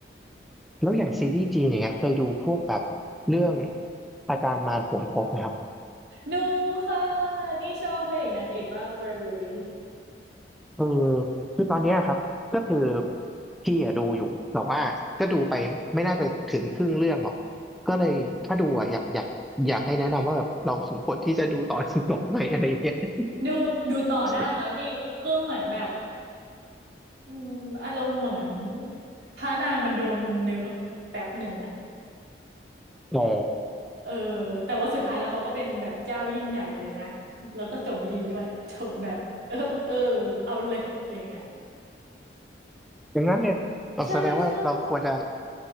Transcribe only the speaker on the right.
ดูค่ะนี่ชอบพระเอกนางเอกมากเลย
ดูดูต่อได้ค่ะพี่คือเหมือนแบบ
อืมอารมณ์เหมือนพระนางมันโดนเนิร์ฟแป๊บหนึ่งอ่ะ
เออแต่ว่าสุดท้ายแล้วเขาก็เป็นแบบเจ้ายิ่งใหญ่เลยนะแล้วก็จบดีด้วยจบแบบเออเออเอาเลยอย่างเงี้ย
ใช่ใช่